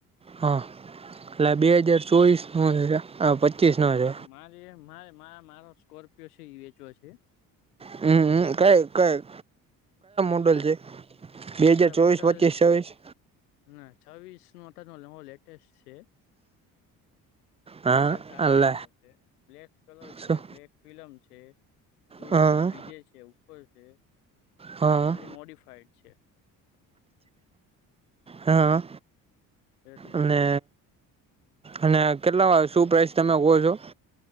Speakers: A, on the right (about 15°); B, on the left (about 85°).
A: હા એટલે બે હજાર ચોવીસ ન હજ પચીસ નો હે.
B: મારી એમ મારે મા મારો સ્કોર્પિયો છે ઈ વેચવો છે.
A: હમ્મ હ કયો કયો? મોડલ
B: આ
A: છે, બે
B: આપડે
A: હજાર ચોવીસ,
B: મોડલ
A: પચીસ, છવીસ?
B: ના છવીસ નું અત્યારનું નવો લેટેસ્ટ છે.
A: હા
B: ઈ અતારે સારામાં
A: અલ્
B: સારો છે. બ્લેક કલર
A: શું
B: છે, બ્લેક ફિલમ છે, ફૂલ
A: હા
B: ડી જે છે ઉપર છે.
A: હા
B: ફુલ્લી મોડિફાઈડ છે.
A: હા
B: એટલે
A: અને અને કેટલા
B: બોલો
A: વાળું શું પ્રાઈસ તમે કો છો?